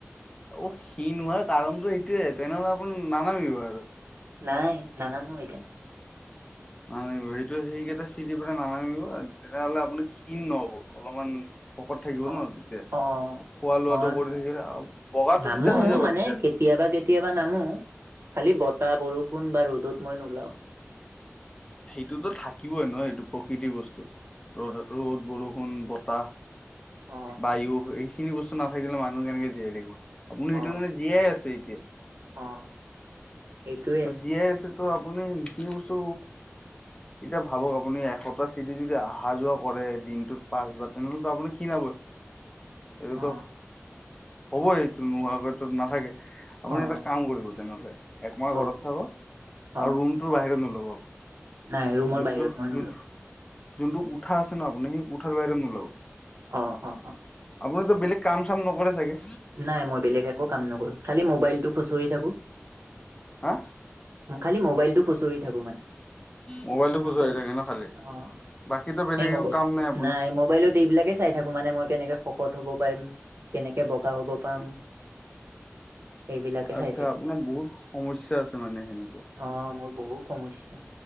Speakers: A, on the left (about 20°); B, on the right (about 60°).
A: অ' ক্ষীণ হোৱাৰ কাৰণটো সেইটোৱে, তেনেহ'লে আপুনি নানামিব আৰু।
B: নাই নানামো এইকাৰণে।
A: নানামিব সেইটো সেইকেইটা চিৰি পৰা নানামিব, তেতিয়া হ'লে আপুনি ক্ষীণ নহ'ব, অলপমান শকত থাকিব
B: অ
A: ন তেতিয়া
B: অ
A: খোৱা লোৱাটো
B: মই
A: কৰি থাকিলে, আৰু বগাটো
B: নামো
A: তেতিয়া হৈ যাব
B: মানে
A: তেতিয়া।
B: কেতিয়াবা কেতিয়াবা নামো, খালি বতাহ, বৰষুণ বা ৰ'দত মই নোলাও।
A: সেইটোতো থাকিবই নহয় সেইটো প্ৰকৃতিৰ বস্তু। ৰ'দ, ৰ'দ, বৰষুণ, বতাহ
B: অ
A: বায়ু, এইখিনি বস্তু নাথাকিলে মানুহ কেনেকে জীয়াই থাকিব। আপুনি
B: অ
A: সেইটো
B: অ
A: কাৰণে জীয়াই আছে এতিয়া।
B: অ'। এইটোৱে
A: ত' জীয়াই আছে তো আপুনি এইখিনি বস্তু, এতিয়া ভাবক আপুনি এশটা সেইতে যদি আহা যোৱা কৰে দিনটোত পাঁচ বাৰ, তেনেহ'লেতো আপুনি ক্ষীণাবই। এইটোতো
B: অ
A: হ'বই এইটো নোহোৱাকৈতো নাথাকে। আপুনি
B: অ
A: এটা কাম কৰিব তেনেহ'লে, এক মই
B: কওক
A: ঘৰত থাকোঁ,
B: অ
A: আৰু ৰুমটোৰ বাহিৰত নলাব <unintelligible> আপুনি
B: নাই ৰুমৰ
A: যোনটো
B: বাহিৰত মই নোলাও
A: যোন যোনটো কোঠা আছে ন', আপুনি সেই কোঠাৰ বাহিৰত নোলাব।
B: অ, অ, অ'।
A: আপুনিতো বেলেগ কাম-চাম নকৰে চাগে।
B: নাই মই বেলেগ একো কাম নকৰো, খালি মোবাইলটো খুচৰি থাকো
A: হা?
B: খালি মবাইলটো খুচৰি থাকোঁ মানে।
A: মোবাইলটো খোজ
B: মবাইল
A: হৈ থাকে ন খালি
B: অ',
A: বাকীতো বেলেগ
B: সেই মোবাইল,
A: একো কাম আপোনাৰ
B: নাই মোবাইলত এইবিলাকে চাই থাকোঁ মানে, মই কেনেকে শকত হ'ব পাৰিম, কেনেকে বগা হ'ব পাম। এইবিলাকে
A: আচ্ছা,
B: চাই থাকি
A: আপোনাৰ বহুত সমস্যা আছে মানে সেনেকোৱা
B: অ', মোৰ বহু সমস্যা,